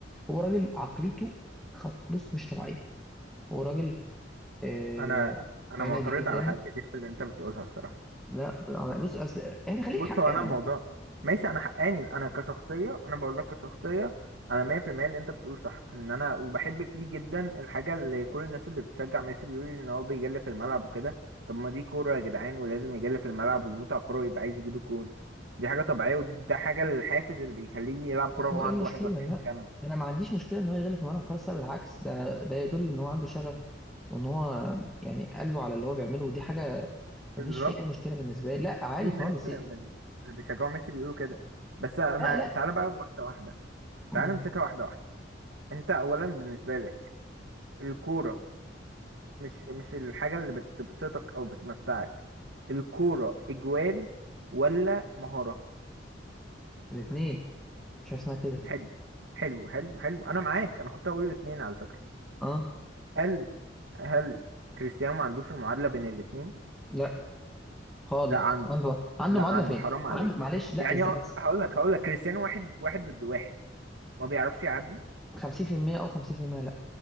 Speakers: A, in the centre; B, on the right (about 65°).
A: هو راجل عقليته خط... بص مش طبيعيه هو راجل آه...
B: انا انا
A: عنادي
B: معترض
A: جدا
B: على حاجات كتير في اللي انت بتقولها الصراحة
A: لا أنا- بص اصل يعني خليك
B: بص
A: حقاني
B: هو انا الموضوع ماشي انا حقاني انا كشخصيه انا بقول لك كشخصيه انا 100% اللي انت بتقول صح ان انا وبحب فيه جدا الحاجه اللي كل الناس اللي بتشجع ميسي بيقولوا ان هو بيجلي في الملعب وكده طب ما دي كوره يا جدعان ولازم يجلي في الملعب ويموت على الكوره ويبقى عايز يجيب الجون دي حاجه طبيعيه ودي ده حاجه الحافز اللي بيخليه يلعب كوره
A: لا
B: وهو
A: هو ايه
B: عنده
A: المشكله
B: 41
A: لا
B: سنه
A: انا ما عنديش مشكله ان هو يغلف في الملعب خالص لا بالعكس ده ده يدل ان هو عنده شغف وان هو يعني قلبه على اللي هو بيعمله ودي حاجه
B: بالظبط
A: ما فيش فيها اي مشكله بالنسبه لي لا عادي
B: في ناس
A: خالص
B: من اللي بيشجعوا ميسي بيقولوا كده بس انا
A: لا لا
B: تعالى بقى واحده واحده
A: مم.
B: تعالى نمسكها واحده واحده انت اولا بالنسبه لك الكوره مش مش الحاجة اللي بتبسطك أو بتمتعك الكورة إجوال ولا مهارة
A: الاثنين مش حاجة اسمها كده
B: حلو حلو حلو حلو أنا معاك أنا كنت هقول الاتنين على فكرة
A: اه
B: هل هل كريستيانو ما عندوش المعادلة بين الاتنين؟
A: لا خالص
B: لا عنده
A: عنده عنده
B: لا
A: معادله
B: عنده
A: فين؟
B: حرام عليك
A: عنده معلش لا
B: يعني
A: اذا بس
B: هقول لك هقول لك كريستيانو واحد واحد ضد واحد ما بيعرفش يعدي
A: 50% او 50% لا